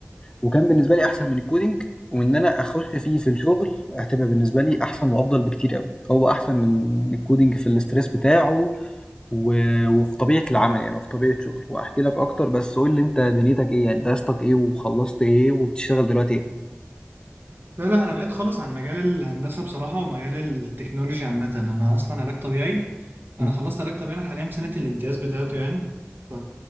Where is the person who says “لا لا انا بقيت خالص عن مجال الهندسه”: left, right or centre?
Right